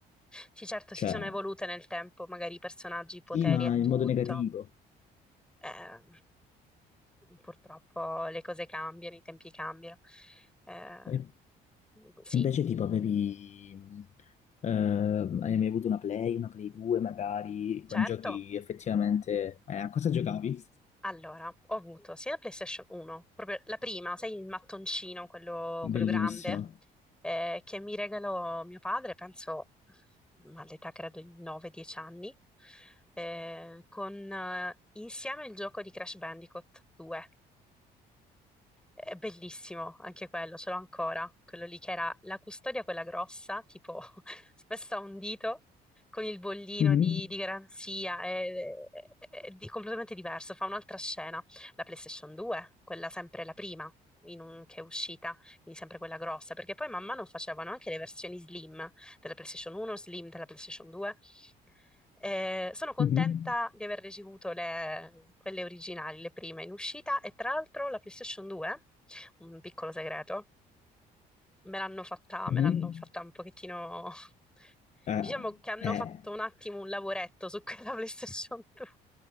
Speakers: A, in the centre; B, on the left.
A: Sì, certo, si
B: Cioè,
A: sono evolute nel tempo, magari i personaggi, i poteri
B: sì, ma
A: e
B: in
A: tutto.
B: modo negativo.
A: Eh, purtroppo le cose cambiano, i tempi cambiano. Eh,
B: E
A: sì,
B: invece tipo avevi... eh, hai mai avuto una Play, una Play 2 magari, con
A: certo.
B: giochi effettivamente... Eh, a cosa giocavi?
A: Allora, ho avuto sia la PlayStation 1, proprio la prima, sai, il mattoncino, quello, quello
B: Bellissimo.
A: grande, eh, che mi regalò mio padre, penso all'età credo di 9-10 anni, eh, con eh, insieme il gioco di Crash Bandicoot 2. È bellissimo anche quello, ce l'ho ancora, quello lì che era la custodia, quella grossa, tipo <laughs> spessa a un dito, con il bollino
B: Mhm,
A: di, di garanzia, è, è- è di- completamente diverso, fa un'altra scena. La PlayStation 2, quella sempre la prima in un- che è uscita, quindi sempre quella grossa, perché poi man mano facevano anche le versioni slim della PlayStation 1, slim della PlayStation 2, eh, sono contenta
B: mhm,
A: di aver ricevuto le- quelle originali, le prime in uscita e tra l'altro la PlayStation 2, un piccolo segreto, me l'hanno fatta,
B: mhm.
A: me l'hanno fatta un pochettino, <laughs>
B: Eh,
A: diciamo che hanno
B: eh,
A: fatto un attimo un lavoretto su quella <laughs> PlayStation 2.